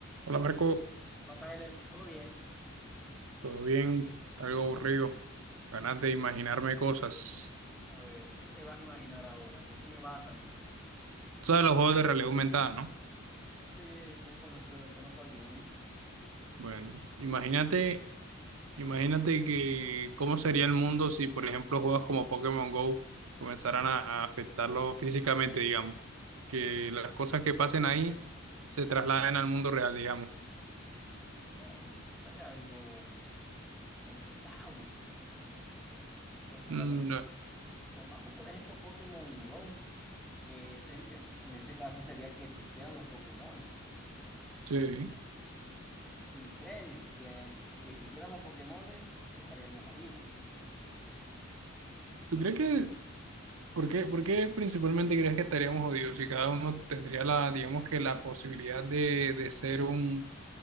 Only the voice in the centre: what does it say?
Hola, Silent, ¿todo bien?
Eh,
a ver, ¿qué te vas a imaginar ahora? ¿Con qué me vas a salir?
Sí, que conozco, conozco algunos.
No, eso estaría algo complicado, porque
bueno,
tomando por ejemplo Pokémon Go, ¿qué sería? En este caso sería que existieran los Pokémones.
Y créeme que si existieran los Pokémones, estaríamos jodidos.